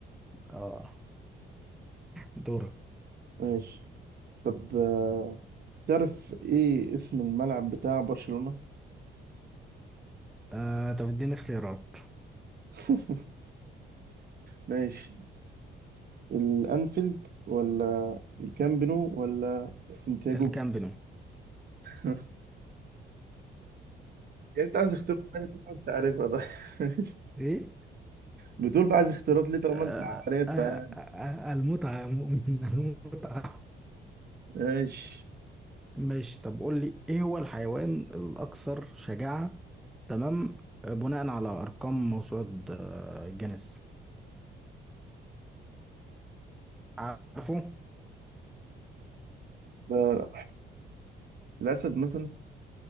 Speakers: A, in the centre; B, on the right (about 50°).
A: اه دورة
B: ماشي طب آه، تعرف ايه اسم الملعب بتاع برشلونة؟
A: آه طب اديني اختيارات
B: <laughs> ماشي الانفيلد ولا الكامب نو ولا السنتياجو
A: الكامب نو
B: <laughs> يعني انت عايز اختيارات تانية طبعا انت عارفها ده <laughs>
A: ايه
B: بتقول بقى عايز اختيارات ليه طالما
A: آه
B: انت عارفها
A: آه آه
B: يعني.
A: آه، المتعه يا مؤمن المتعه
B: ماشي
A: ماشي طب قول لي ايه هو الحيوان الاكثر شجاعة تمام آه، بناء على ارقام موسوعة آه، جينيس عارفه
B: ده الاسد مثلا